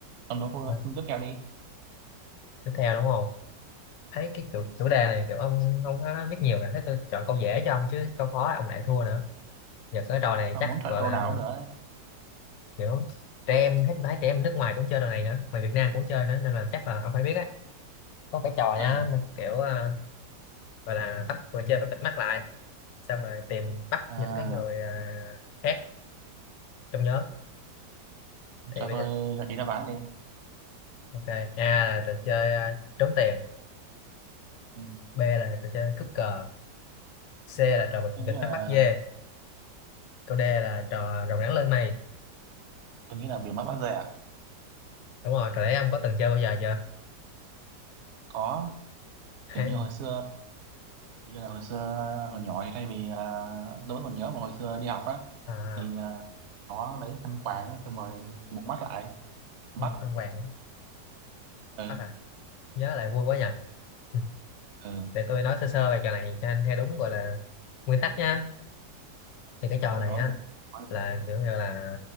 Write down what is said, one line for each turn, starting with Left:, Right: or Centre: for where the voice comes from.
Right: trong đó cô
Left: À,
Right: tiếp theo đi
Left: tiếp theo đúng không thấy cái chủ, chủ đề này kiểu ông không có biết nhiều rồi thấy tôi chọn câu dễ cho ông chứ câu khó ông lại thua nữa giờ cái trò này
Right: à,
Left: chắc
Right: muốn chọn
Left: gọi
Right: câu
Left: là
Right: nào cũng được á.
Left: kiểu trẻ em hết phải trẻ em nước ngoài cũng chơi trò này nữa mà Việt Nam cũng chơi nữa nên là chắc là ông phải biết á có cái trò nhá
Right: ừ
Left: mà kiểu à, gọi là bắt người chơi phải bịt mắt lại xong rồi tìm bắt
Right: à,
Left: những cái người à, khác trong nhóm thì
Right: cho
Left: bây
Right: tôi
Left: giờ
Right: gợi ý đáp án đi
Left: ok A là trò chơi à, trốn tìm
Right: ừ.
Left: B là trò chơi cướp cờ C là trò bịt
Right: tôi
Left: bịt
Right: nghĩ là
Left: mắt bắt dê câu D là trò rồng rắn lên mây
Right: tôi nghĩ là bị mắc bắt rẻ
Left: đúng rồi trò đấy ông có từng chơi bao giờ chưa
Right: có kiểu
Left: <laughs>
Right: như hồi xưa như là hồi xưa hồi nhỏ thì thay vì à, đối với mình nhớ mà hồi xưa đi học á
Left: à
Right: thì à, nó lấy khăn quàng á, xong rồi một mắt lại bắt
Left: quân phan hoàng
Right: ừ
Left: bắt à nhớ lại vui quá nhỉ Ừ,
Right: ừ
Left: để tôi nói sơ sơ về trò này cho anh theo đúng gọi là nguyên tắc nha thì cái trò
Right: ông
Left: này
Right: đó
Left: á
Right: đi Nói đi.
Left: là kiểu như là